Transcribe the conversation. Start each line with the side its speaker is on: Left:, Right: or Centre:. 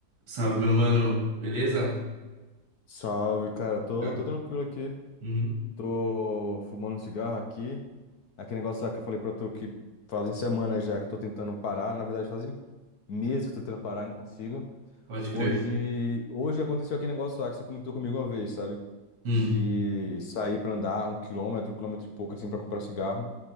Right: Salve, meu mano. Beleza?
Left: Salve, cara. Tô,
Right: Tá.
Left: tô tranquilo aqui.
Right: Uhum.
Left: Tô fumando cigarro aqui. Aquele negócio lá que eu falei pra tu que fazem semanas já que eu tô tentando parar. Na verdade, fazem meses que eu tô tentando parar e não consigo.
Right: Pode crer.
Left: Hoje, hoje aconteceu aquele negócio lá que você comentou comigo uma vez, sabe?
Right: Hum.
Left: De sair pra andar um quilômetro, um quilômetro e pouco, assim, pra comprar cigarro.